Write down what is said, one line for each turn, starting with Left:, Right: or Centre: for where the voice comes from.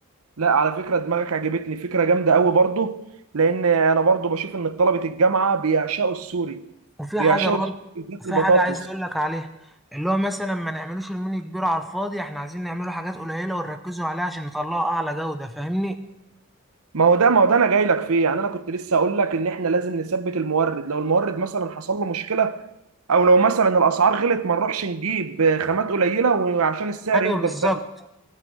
Right: لا على فكرة دماغك عجبتني فكرة جامدة قوي برضو لأن أنا برضو بشوف إن طلبة الجامعة بيعشقوا السوري
Centre: وفي
Right: بيعشقوا
Centre: حاجة برضه
Right: السوري بالذات
Centre: في
Right: البطاطس
Centre: حاجة عايز أقول لك عليها اللي هو مثلا ما نعملوش المنيو كبير على الفاضي احنا عايزين نعمله حاجات قليلة ونركزوا عليها عشان نطلعه أعلى جودة فاهمني؟
Right: ما هو ده ما هو ده أنا جاي لك فيه يعني أنا كنت لسه أقول لك إن إحنا لازم نثبت المورد لو المورد مثلا حصل له مشكلة أو لو مثلا الأسعار غلت ما نروحش نجيب خامات قليلة وعشان السعر
Centre: أيوه
Right: يفضل
Centre: بالظبط
Right: ثابت